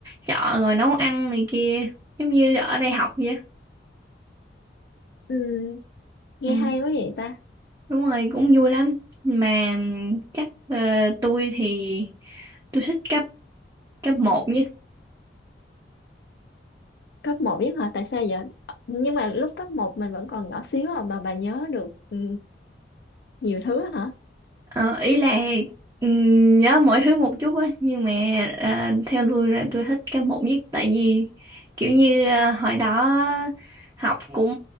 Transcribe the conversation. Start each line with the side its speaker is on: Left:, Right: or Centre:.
Right: chợ rồi nấu ăn này kia giống như ở đây học vậy á.
Left: Ừm, nghe
Right: ừ,
Left: hay quá vậy ta
Right: đúng rồi cũng vui lắm mà ừm, chắc ờ, tôi thì tôi thích cấp cấp một nhé
Left: cấp một biết hả tại sao vậy Ờ, nhưng mà lúc cấp một mình vẫn còn nhỏ xíu à, mà bà nhớ được ừ, nhiều thứ hả
Right: Ờ, ý là ừm, nhớ mọi thứ một chút á nhưng mà à, theo tôi là tôi thích cấp một nhất tại vì kiểu như à, hồi đó học cũng